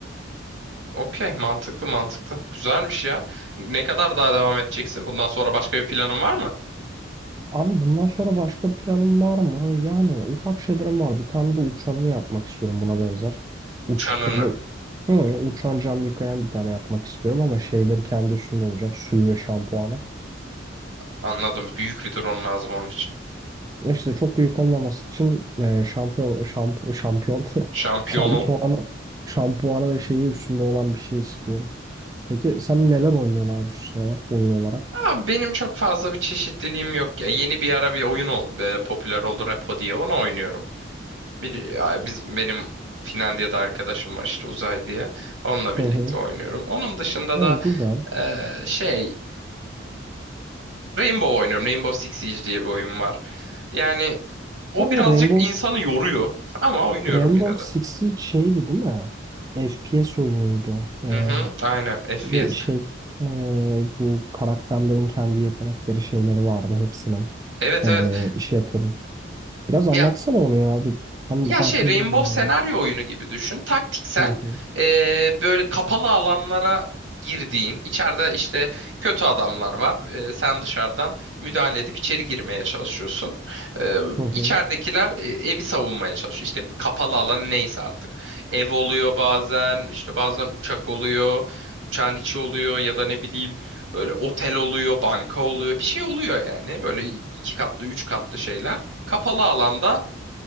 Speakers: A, on the right (about 75°); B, on the right (about 20°).
A: Okey, mantıklı mantıklı. Güzelmiş ya. Ne kadar daha devam edeceksin? Bundan sonra başka bir planın var mı?
B: Abi bundan sonra başka planım var mı? Yani ufak şeylerim var. Bir tane de uçanını yapmak istiyorum buna benzer.
A: Uçanını.
B: Uç böyle hı, uçan cam yıkayan bir tane yapmak istiyorum ama şeyleri kendi üstünde olacak. Suyu ve şampuanı.
A: Anladım. Büyük bir drone lazım onun için.
B: İşte çok büyük olmaması için e, şampiyon şamp şampiyon
A: Şampiyonu.
B: <laughs> şampuanı şampuanı ve şeyi üstünde olan bir şey istiyorum. Peki sen neler oynuyorsun abi şu sıralar oyun olarak?
A: Aa, benim çok fazla bir çeşitliliğim yok ya. Yeni bir ara bir oyun ol, e, popüler oldu Repo diye. Onu oynuyorum. Bir, ya biz benim Finlandiya'da arkadaşım var işte Uzay diye. Onunla birlikte
B: Hı hı.
A: oynuyorum. Onun dışında
B: Evet,
A: da
B: güzel.
A: e, şey Rainbow oynuyorum. Rainbow Six Siege diye bir oyun var. Yani o
B: Ha, o
A: birazcık
B: Rainbow
A: insanı yoruyor ama oynuyorum
B: Rainbow
A: yine de.
B: Six Siege şeydi değil mi? FPS oyunuydu. o. E,
A: Hı hı, aynen FPS.
B: ve şey e, bu karakterlerin kendi yetenekleri şeyleri vardı hepsinin.
A: Evet
B: E,
A: evet.
B: şey yapıyordum. Biraz anlatsana
A: Ya
B: onu ya abi. Tam
A: Ya
B: hakim
A: şey Rainbow
B: değilim ben ona.
A: senaryo oyunu gibi düşün. Taktiksel
B: Hı hı.
A: eee, böyle kapalı alanlara girdiğin, içeride işte kötü adamlar var. Eee, sen dışarıdan müdahale edip içeri girmeye çalışıyorsun. Eee
B: Hı hı.
A: içeridekiler e, evi savunmaya çalışıyor. İşte bir kapalı alan neyse artık. Ev oluyor bazen, işte bazen uçak oluyor, uçağın içi oluyor ya da ne bileyim böyle otel oluyor, banka oluyor. Bir şey oluyor yani. Böyle iki katlı, üç katlı şeyler. Kapalı alanda